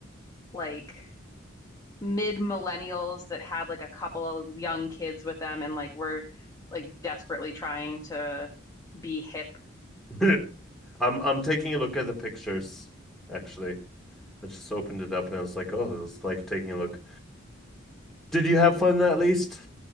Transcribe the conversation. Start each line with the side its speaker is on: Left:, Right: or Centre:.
Left: like mid millennials that had like a couple of young kids with them and like were like desperately trying to be hip.
Centre: <laughs> i'm i'm taking a look at the pictures actually i just opened it up and i was like oh it's like taking a look did you have fun at least